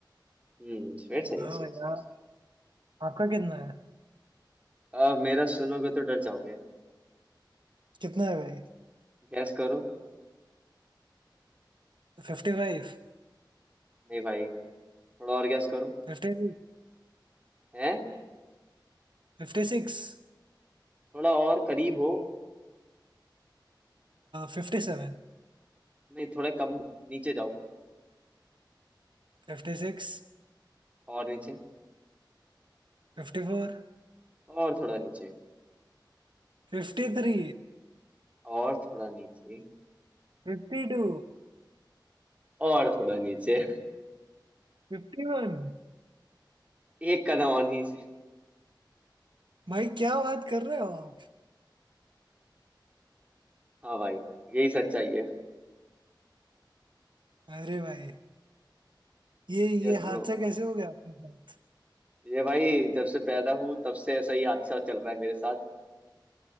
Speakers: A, on the right; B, on the right.
A: हम्म फिर सही
B: हाँ
A: है सही
B: भाई
A: है, सही है,
B: आप,
A: सही
B: आपका कितना है
A: है। अब मेरा सुनोगे तो डर जाओगे
B: कितना है भाई
A: गैस करो
B: फिफ्टी फाइव
A: नहीं भाई थोड़ा और गैस करो
B: फिफ्टी
A: हैं
B: फिफ्टी सिक्स
A: थोड़ा और करीब हो
B: फिफ्टी सेवन
A: नहीं थोड़े कम नीचे जाओ
B: फिफ्टी सिक्स
A: और नीचे
B: फिफ्टी फोर
A: और थोड़ा नीचे
B: फिफ्टी थ्री
A: और थोड़ा नीचे
B: फिफ्टी टू
A: और थोड़ा नीचे
B: फिफ्टी वन
A: एक कदम और नीचे
B: भाई क्या बात कर रहे हो आप
A: हाँ भाई यही सच्चाई है
B: अरे भाई ये
A: Yes
B: ये
A: bro
B: हादसा कैसे हो गया आपके साथ
A: ये भाई जब से पैदा हूँ तब से ऐसा ही हादसा चल रहा है मेरे साथ